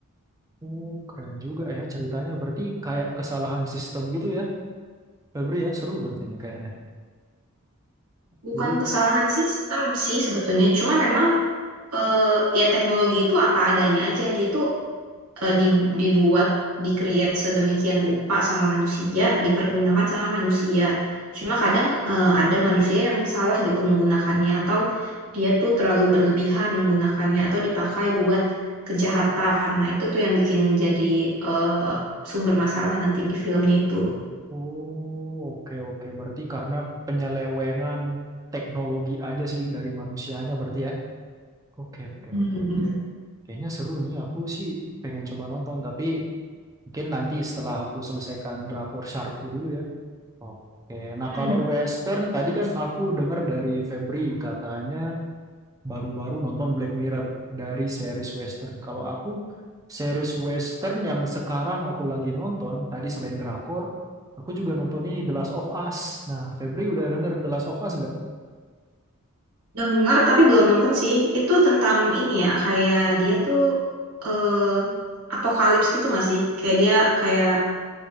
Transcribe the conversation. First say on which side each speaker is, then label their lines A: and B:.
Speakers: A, on the right (about 15°); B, on the right (about 80°).
A: Oh, keren juga ya ceritanya. Berarti kayak kesalahan sistem gitu ya, Febri ya, seru berarti ini kayaknya.
B: Bukan
A: Jadi
B: kesalahan sistem sih sebetulnya. Cuma memang eh, ya teknologi itu apa adanya aja. Dia tuh eh, di- dibuat, di-create sedemikian rupa sama manusia, dipergunakan sama manusia. Cuma kadang eh, ada manusia yang salah gitu menggunakannya atau dia tuh terlalu berlebihan menggunakannya atau dipakai buat kejahatan. Nah, itu tuh yang bikin jadi eh, sumber masalah nanti di filmnya itu.
A: Oh, oke oke. Berarti karena penyelewengan teknologi aja sih dari manusianya berarti ya. Oke oke
B: Hmm.
A: oke. Kayaknya seru nih. Aku sih pengen coba nonton tapi mungkin nanti setelah aku selesaikan Drakor Sharkku dulu ya. Oke. Nah,
B: Hmm.
A: kalau western tadi kan aku dengar dari Febri katanya baru-baru nonton Black Mirror dari series western. Kalau aku series western yang sekarang aku lagi nonton tadi selain drakor, aku juga nonton ini The Last of Us. Nah, Febri udah denger The Last of Us nggak?
B: Dengar tapi belum nonton sih. Itu tentang ini ya, kayak dia tuh eh apokalips gitu nggak sih? Kayak dia kayak